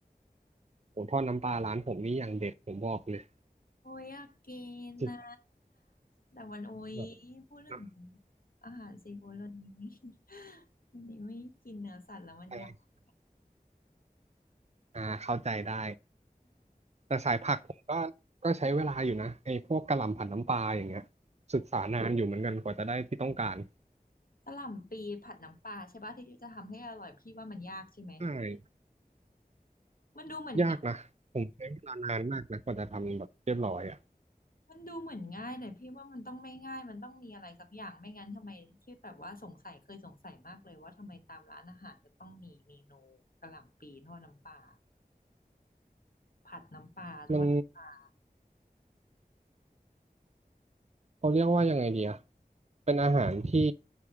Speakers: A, on the right; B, on the left.
A: ผมทอดน้ำปลาร้านผมนี่อย่างเด็ดผมบอกเลย
B: โอ้ยอยากกินนะ
A: จริง
B: แต่วันโอ้ย
A: แบบ
B: พูดถึง
A: น้
B: อาหารซีฟู้ดวันนี้ไม่ <laughs> วันนี้ไม่กินเนื้อสัตว์แล้วมันอยาก
A: ำปลาอ่าเข้าใจได้ แต่สายผักผมก็ก็ใช้เวลาอยู่นะไอ้พวกกะหล่ำผัดน้ำปลาอย่างเงี้ยศึกษานานอยู่เหมือนกันกว่าจะได้ที่ต้องการ
B: กะหล่ำปีผัดน้ำปลาใช่ปะที่จะทำให้อร่อยพี่ว่ามันยากใช่ไหม
A: ใช่
B: มันดูเหมือน
A: ยากนะผมใช้เวลานานมากนะกว่าจะทำแบบเรียบร้อยอ่ะ
B: มันดูเหมือนง่ายแต่พี่ว่ามันต้องไม่ง่ายมันต้องมีอะไรสักอย่างไม่งั้นทำไมที่แบบว่าสงสัยเคยสงสัยมากเลยว่าทำไมตามร้านอาหารจะต้องมีเมนูกะหล่ำปีทอดน้ำปลาผัดน้ำปลาทอดน้ำปลา
A: มันเขาเรียกว่ายังไงดีอะเป็นอาหารที่